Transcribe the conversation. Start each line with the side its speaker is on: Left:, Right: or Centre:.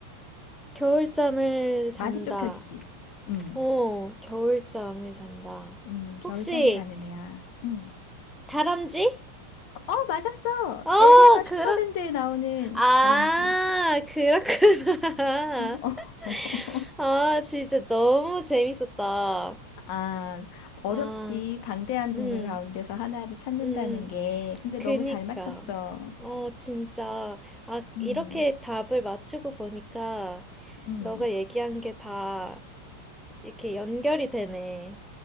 Centre: 겨울잠을 잔다.
Left: 많이 좁혀지지. 음,
Centre: 어, 겨울잠을 잔다.
Left: 음, 겨울잠
Centre: 혹시
Left: 자는 애야. 음.
Centre: 다람쥐?
Left: 어, 맞았어!
Centre: 어,
Left: 엘빈과 슈퍼밴드에
Centre: 그렇,
Left: 나오는
Centre: 아,
Left: 다람쥐.
Centre: 그렇구나.
Left: <laughs> 어, 어.
Centre: <laughs>
Left: 어.
Centre: 아, 진짜 너무 재밌었다.
Left: 아, 어렵지.
Centre: 아,
Left: 방대한 동물
Centre: 응,
Left: 가운데서 하나를 찾는다는
Centre: 응.
Left: 게. 근데
Centre: 그니까.
Left: 너무 잘 맞췄어.
Centre: 어, 진짜. 아,
Left: 음,
Centre: 이렇게 답을 맞추고 보니까
Left: 음.
Centre: 너가 얘기한 게 다 이렇게 연결이 되네.